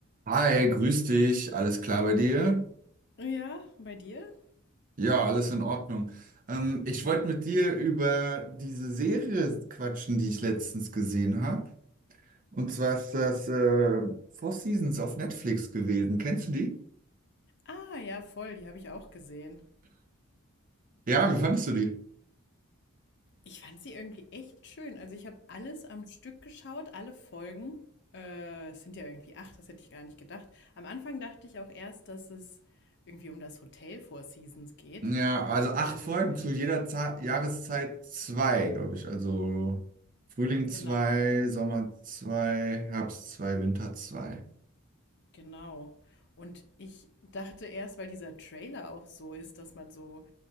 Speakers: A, on the right; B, on the left.
A: Hi, grüß dich. Alles klar bei dir?
B: Ja, bei dir?
A: Ja, alles in Ordnung. Ähm, ich wollte mit dir über diese Serie quatschen, die ich letztens gesehen habe. Und zwar ist das äh, Four Seasons auf Netflix gewesen. Kennst du die?
B: Ah, ja, voll, die habe ich auch gesehen.
A: Ja, wie fandest du die?
B: Ich fand sie irgendwie echt schön. Also ich habe alles am Stück geschaut, alle Folgen. Äh, es sind ja irgendwie acht, das hätte ich gar nicht gedacht. Am Anfang dachte ich auch erst, dass es irgendwie um das Hotel Four Seasons geht.
A: Ja, also acht
B: Ähm,
A: Folgen zu jeder Za Jahreszeit zwei, glaube ich. Also Frühling zwei,
B: genau,
A: Sommer zwei, Herbst zwei, Winter zwei.
B: genau. Und ich dachte erst, weil dieser Trailer auch so ist, dass man so,